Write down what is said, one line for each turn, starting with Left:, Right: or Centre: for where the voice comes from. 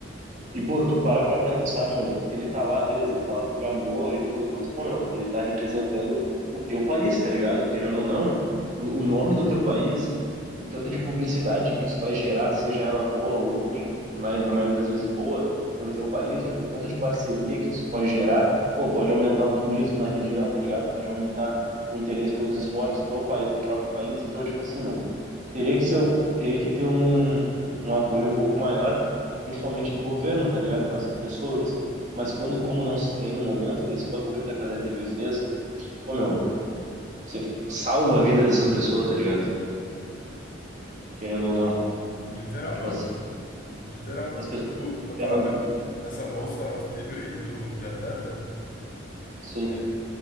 Right: E, pô, tu para pra pensar, meu, ele tá lá, beleza, ele tá lá por amor e tudo, mas, pô, meu, ele tá representando o teu país, tá ligado? Querendo ou não, o o nome do teu país, o tanto de publicidade que isso vai gerar, seja ela boa ou ruim, mas na maioria das vezes boa, pro teu país, tipo, o tanto de parceria que isso pode gerar, pô, pode aumentar o turismo na região, tá ligado? Pode aumentar o interesse pelos esportes do país, do próprio país. Então, tipo assim, meu, Teria que ser, o- teria que ter um, um apoio um pouco maior, principalmente do governo, tá ligado? Com essas pessoas. Mas quando, como não se tem no momento, esse bagulho que a Cadê TV fez, pô, meu, você salva a vida dessas pessoas, tá ligado? Querendo ou não.
Left: literal,
Right: Tipo
Left: meu.
Right: assim,
Left: Literal.
Right: as pessoas,
Left: E, Tipo, eu tava
Right: elas,
Left: vendo essa bolsa auxílio aí do, de atleta.
Right: sim,
Left: É